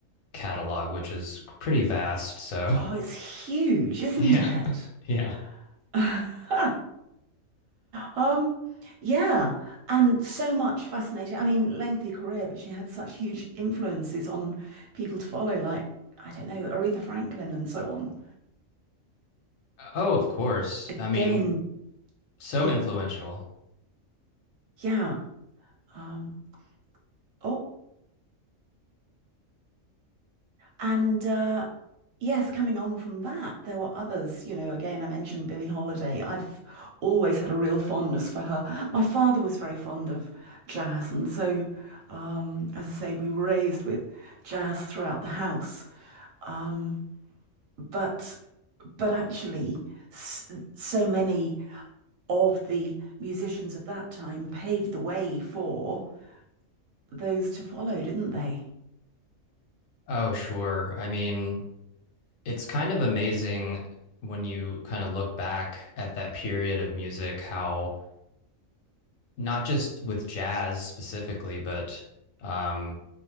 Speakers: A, on the left; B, on the right.
A: catalog, which is pretty vast. So
B: oh, it's huge, isn't
A: <laughs>
B: it?
A: yeah, <laughs> yeah.
B: <laughs> Um, yeah. And so much fascinating. I mean, lengthy career, but she had such huge influences on people to follow, like, I don't know, Aretha Franklin and so on.
A: Uh, Oh, of course.
B: Again,
A: I mean, so
B: yeah,
A: influential.
B: yeah. Um, oh. And uh, yes, coming on from that, there were others. You know, again, I mentioned Billie Holiday. I've always had a real fondness for her. My father was very fond of jazz, and so, um, as I say, we were raised with jazz throughout the house. Um, but but actually, s so many of the musicians of that time paved the way for those to follow, didn't they?
A: Oh, sure. I mean, it's kind of amazing when you kind of look back at that period of music, how not just with jazz specifically, but um,